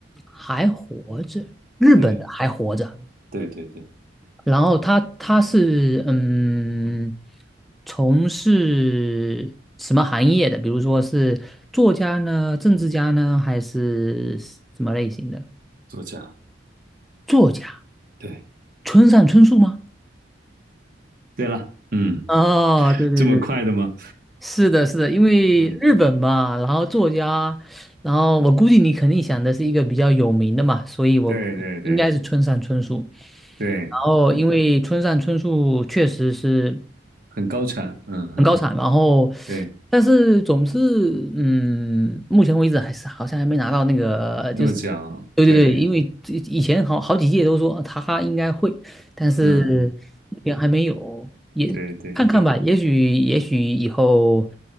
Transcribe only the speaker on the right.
对对对对，
作家，
对
对了，嗯，
这么快的吗？
嗯，
对对对对，
嗯
很高产，嗯哼，
对，
诺奖，
对。
嗯，
对对对，